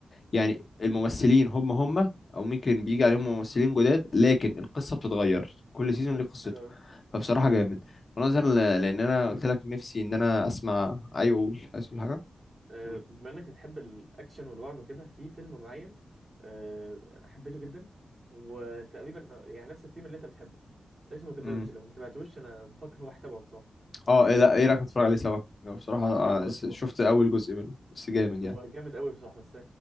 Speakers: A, on the left; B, on the right.
A: يعني الممثلين هم هم او ممكن بيجي عليهم ممثلين جداد لكن القصه بتتغير كل سيزون ليه قصته
B: حلو قوي
A: فبصراحه جامد ونظرا
B: طب
A: ل- لان
B: بص
A: انا
B: في
A: قلت لك نفسي ان انا اسمع ايوه قول عايز تقول حاجه
B: آه،
A: مم.
B: بما انك بتحب الاكشن والرعب وكده في فيلم معين آه، حبيته جدا وتقريبا آه، يعني نفس الثيم اللي انت بتحبه اسمه ذا
A: مم.
B: فيرج لو ما تابعتوش انا بفكر هو تابعه بصراحه
A: اه إيه لا ايه رايك نتفرج عليه سوا لو بصراحه آه،
B: يلا قشطه
A: س- شفت
B: والله
A: اول جزء منه بس جامد يعني
B: هو جامد قوي بصراحه بس <laughs>